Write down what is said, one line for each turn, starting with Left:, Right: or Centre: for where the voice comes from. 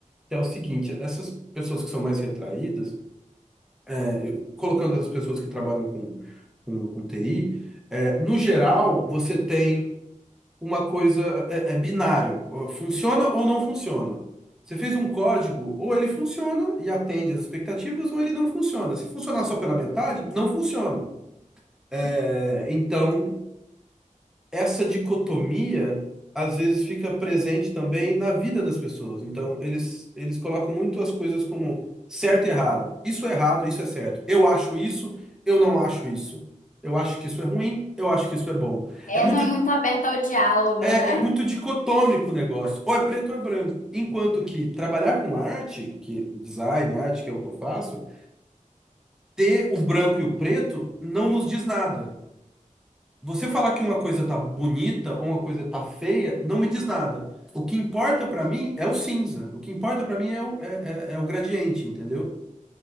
Centre: que é o seguinte, essas pessoas que são mais retraídas, é, eu- colocando as pessoas que trabalham com, com, com TI, é, no geral, você tem uma coisa, é, é binário, ó, funciona ou não funciona. Você fez um código, ou ele funciona e atende às expectativas, ou ele não funciona. Se funcionar só pela metade, não funciona. É, então, essa dicotomia às vezes fica presente também na vida das pessoas. Então, eles, eles colocam muito as coisas como certo e errado. Isso é errado, isso é certo. Eu acho isso, eu não acho isso. Eu acho que isso é ruim, eu acho que isso é bom.
Left: É,
Centre: É muito,
Left: não é muito aberta ao diálogo,
Centre: é,
Left: né?
Centre: é muito dicotômico o negócio. Ou é preto ou é branco. Enquanto que trabalhar com arte, que design, arte, que é o que eu faço, ter o branco e o preto não nos diz nada. Você falar que uma coisa tá bonita ou uma coisa tá feia não me diz nada. O que importa pra mim é o cinza. O que importa pra mim é o, é, é- é o gradiente, entendeu?